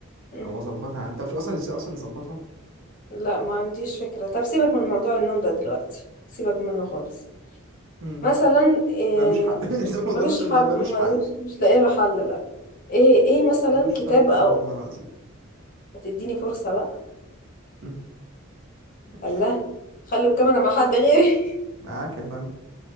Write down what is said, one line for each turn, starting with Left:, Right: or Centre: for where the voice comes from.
Left: مم.
Right: او اظبطها انت مش اصلا ازاي اصلا نظبطها
Left: لا ما عنديش فكرة طب سيبك من موضوع النوم ده دلوقتي سيبك منه خالص
Right: مم.
Left: مثلا إيه
Right: ملوش حل <laughs> زي ما قلنا،
Left: ملوش
Right: ملوش ملوش
Left: حل ملوش
Right: حل
Left: مش لاقي له حل لا ايه ايه مثلا
Right: ملوش
Left: كتاب
Right: حل
Left: او
Right: اه والله العظيم
Left: هتديني فرصة بقى
Right: مم. ماشي
Left: الله خلوا الكاميرا مع حد غيري
Right: معاك يا فندم